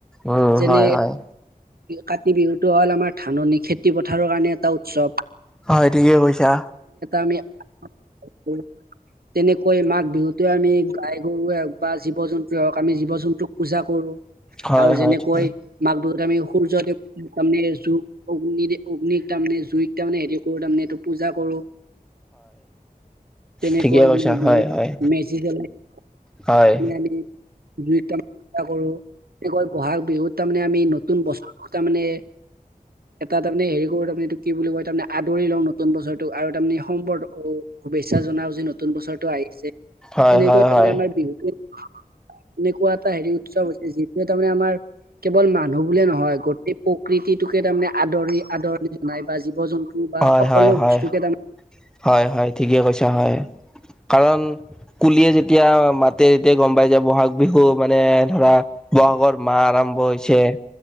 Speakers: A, in the centre; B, on the right (about 80°).
A: অও
B: যেনে
A: হয় হয়।
B: কাতি বিহুটো হ'ল আমাৰ ধাননি খেতি পথাৰৰ কাৰণে এটা উৎসৱ।
A: হয় ঠিকে কৈছা।
B: আমিয়ে <unintelligible> তেনেকৈ মাঘ বিহুতে আমি গাই গৰুৱে হও বা জীৱ জন্তুৱে হওক আমি জীৱ জন্তুক পূজা কৰো।
A: হয়
B: আৰু
A: হয়
B: যেনেকৈ
A: হয়
B: মাঘ বিহুত আমি সূৰ্য দেৱ তাৰে জুই অগ্নি অগ্নিক তাৰমানে জুইক তাৰমানে হে কৰো তাৰে এইটো পূজ জা কৰো। তেনেকৈ
A: ঠিকে কৈছা হয় হয়
B: মেজি জ্বলাই সেইখিনি
A: হয়
B: আমি জুইত তাৰ <unintelligible> কৰো এনেকৈ বহাগ বিহুত তাৰমানে আমি ন নতুন বছৰটো তাৰমানে এটা তাৰমানে হেৰি কৰো তাৰমানে এইটো কি বুলি কয় তাৰমানে আদৰি লওঁ নতুন বছৰটোক আৰু তাৰমানে সম্পৰ্ক শুভেচ্ছা জনাও যে ন নতুন বছৰটো আহিছে,
A: হয়
B: তেনেকৈ
A: হয়
B: তাৰমানে
A: হয়
B: আমাৰ বিহুটো <inaudible> এনেকুৱা এটা হেৰি উৎসৱ হৈছে যিটোৱে তাৰমানে আমাৰ কেৱল মানুহ বুলিয়ে নহয় গোটেই প্ৰকৃতিটোকে তাৰমানে আদৰি আদৰণি জনাই বা জীৱ জন্তু বা
A: হয়
B: সকলো
A: হয় হয়
B: বস্তুকে
A: হয়
B: তাৰমান
A: হয় হয় ঠিকে কৈছা হয়, কাৰণ কুলি য়ে যেতিয়া মাতে তেতিয়া গম পাই যে বহাগ বিহু মানে ধৰা বহাগৰ মাহ আৰম্ভ হৈছে।